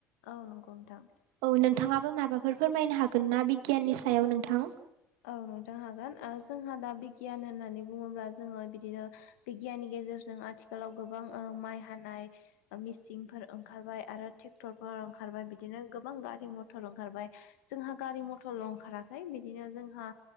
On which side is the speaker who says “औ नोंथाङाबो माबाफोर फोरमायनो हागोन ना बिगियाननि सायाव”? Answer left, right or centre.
Right